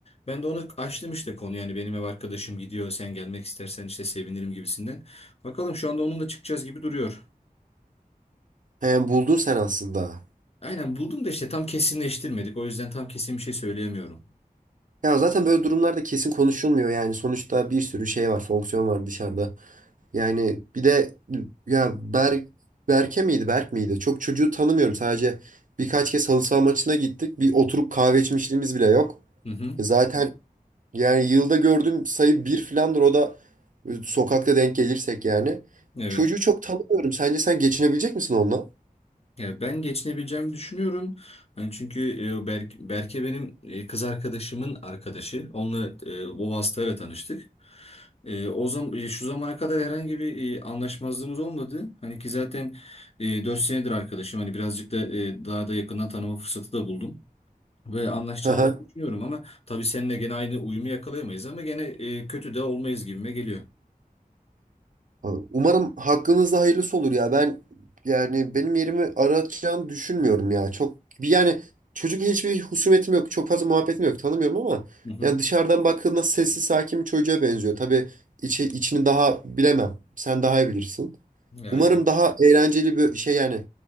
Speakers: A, on the left (about 40°); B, on the right (about 60°).
A: Ben de ona açtım işte konu yani benim ev arkadaşım gidiyor sen gelmek istersen işte sevinirim gibisinden. Bakalım şu anda onunla çıkacağız gibi duruyor.
B: He, yani buldun sen aslında.
A: Aynen buldum da işte tam kesinleştirmedik. O yüzden tam kesin bir şey söyleyemiyorum.
B: Ya zaten böyle durumlarda kesin konuşulmuyor yani. Sonuçta bir sürü şey var, fonksiyon var dışarıda. Yani bir de ya Berk, Berke miydi Berk miydi? Çok çocuğu tanımıyorum. Sadece birkaç kez halı saha maçına gittik. Bir oturup kahve içmişliğimiz bile yok.
A: Hı hı.
B: E Zaten yani yılda gördüğüm sayı bir filandır. O da e, sokakta denk gelirsek yani.
A: Evet.
B: Çocuğu çok tanımıyorum. Sence sen geçinebilecek misin onunla?
A: Ya ben geçinebileceğimi düşünüyorum. Hani çünkü e, Berk, Berke benim e, kız arkadaşımın arkadaşı. Onunla e, o vasıtayla tanıştık. E, o zaman e, şu zamana kadar herhangi bir e, anlaşmazlığımız olmadı. Hani ki zaten e, 4 senedir arkadaşım. Hani birazcık da e, daha da yakından tanıma fırsatı da buldum. Ve anlaşacağımı
B: <laughs>
A: düşünüyorum ama tabii seninle gene aynı uyumu yakalayamayız ama gene e, kötü de olmayız gibime geliyor.
B: Abi, Umarım hakkınızda hayırlısı olur ya. Ben yani benim yerimi aratacağını düşünmüyorum ya. Çok bir yani çocuk hiçbir husumetim yok. Çok fazla muhabbetim yok. Tanımıyorum ama
A: Hı hı.
B: yani dışarıdan baktığında sessiz sakin bir çocuğa benziyor. Tabii içi, içini daha bilemem. Sen daha iyi bilirsin.
A: Yani
B: Umarım daha eğlenceli bir şey yani